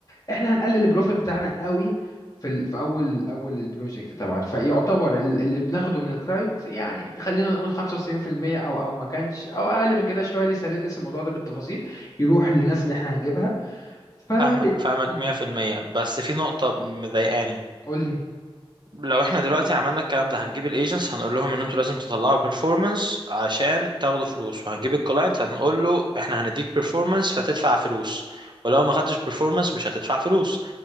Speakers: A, on the left; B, on the right.
A: احنا هنقلل البروفيت بتاعنا قوي في ال... في اول اول البروجكت طبعا فيعتبر ال- اللي بناخده من الكلاينت يعني خلينا نقول 95% او او ما كانش او اقل من كده شويه لسه هندرس الموضوع ده بالتفاصيل يروح للناس اللي احنا هنجيبها فب
B: فاهمك فاهمك
A: مم.
B: 100% بس في نقطة مضايقاني
A: قول لي
B: لو احنا دلوقتي عملنا الكلام ده هنجيب الايجنتس هنقول لهم ان انتوا لازم تطلعوا بيرفورمانس عشان تاخدوا فلوس وهنجيب الكلاينت هنقول له احنا هنديك بيرفورمانس فتدفع فلوس ولو ما خدتش بيرفورمانس مش هتدفع فلوس